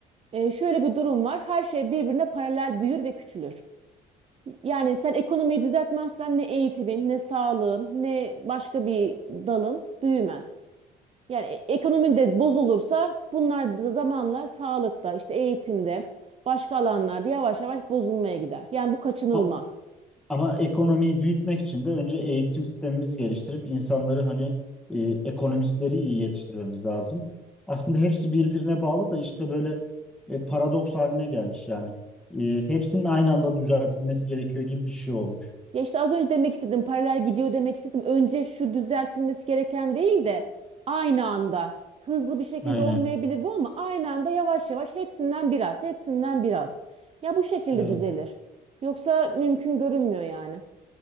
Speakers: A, on the right (about 35°); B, in the centre.
A: Ee, şöyle bir durum var. Her şey birbirine paralel büyür ve küçülür. Yani sen ekonomiyi düzeltmezsen ne eğitimin, ne sağlığın, ne başka bir dalın büyümez. Yani e- ekonomi de bozulursa bunlar da zamanla sağlıkta, işte eğitimde, başka alanlarda yavaş yavaş bozulmaya gider. Yani bu kaçınılmaz.
B: Ha, Ama ekonomiyi büyütmek için de önce eğitim sistemimizi geliştirip insanları hani e, ekonomistleri iyi yetiştirmemiz lazım. Aslında hepsi birbirine bağlı da işte böyle e, paradoks haline gelmiş yani. E, hepsinin aynı anda düzeltilmesi gerekiyor gibi bir şey olmuş.
A: Ya işte az önce demek istedim, paralel gidiyor demek istedim. Önce şu düzeltilmesi gereken değil de aynı anda hızlı bir şekilde
B: Aynen.
A: olmayabilir bu ama aynı anda yavaş yavaş hepsinden biraz, hepsinden biraz. Ya bu şekilde
B: Evet.
A: düzelir. Yoksa mümkün görünmüyor yani.